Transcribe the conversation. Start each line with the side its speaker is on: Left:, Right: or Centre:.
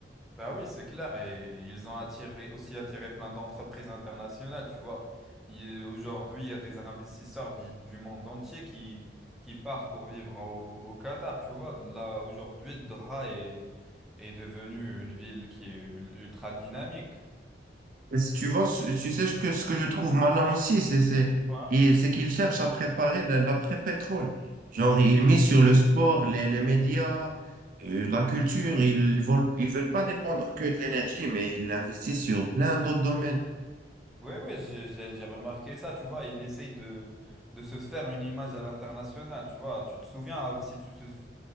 Centre: Bah oui, c'est clair. Et ils ont attiré, aussi attiré plein d'entreprises internationales. Tu vois, Il- aujourd'hui, il y a des investisseurs du, du monde entier qui, qui partent pour vivre au, au Qatar. Tu vois, là, aujourd'hui, Doha est, est devenue une ville qui est ul- ultra dynamique.
Right: Et si tu vois, tu tu sais ce que, ce que je trouve malin aussi, c'est, c'est,
Centre: Ouais.
Right: et c'est qu'ils cherchent à préparer la- l'après-pétrole. Genre, ils misent sur le sport, les, les médias, euh, la culture. Ils veulent, ils veulent pas dépendre que de l'énergie, mais ils investissent sur plein d'autres domaines.
Centre: Ouais, ouais, j'ai j'ai- j'ai remarqué ça, tu vois, il essaye de, de se faire une image à l'international, tu vois, tu te souviens, av- si tu te, sou-